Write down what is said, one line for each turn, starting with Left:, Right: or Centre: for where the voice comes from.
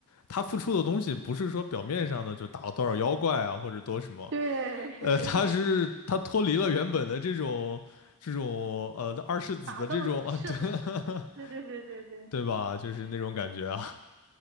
Left: 他付出的东西不是说表面上的就打了多少妖怪啊，或者多什么。
Right: 对
Left: 呃，
Right: <laughs> 对对对，
Left: 他是他脱离了原本的这种这种呃二世子的这种啊，
Right: 打斗是，
Left: 对 <laughs>
Right: 对对对对对，
Left: 对吧？就是那种感觉啊